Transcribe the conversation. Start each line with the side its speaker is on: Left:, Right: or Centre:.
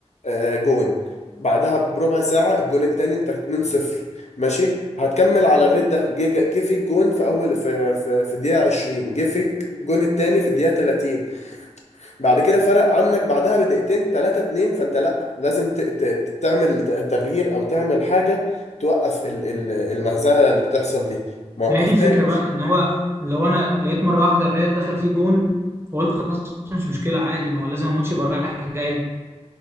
Left: آه، جون بعدها بربع ساعة الجون التاني انت 2-0 ماشي هتكمل على الريت ده جه جه جه فيك جون في اول في في في الدقيقة 20 جه فيك الجون التاني في الدقيقة 30 بعد كده فرق عنك بعدها بدقيقتين تلاتة اتنين فانت لا لازم ت- ت- تعمل ت- تغيير او تعمل حاجة توقف ال- ال- المهزلة اللي بتحصل دي ما وقفهاش
Right: ما هي دي الفكره بقى ان هو لو انا لقيت مره واحده الريال دخل فيه جون فقلت خلاص مش مشكله عادي ما هو لازم الماتش يبقى رايح جاي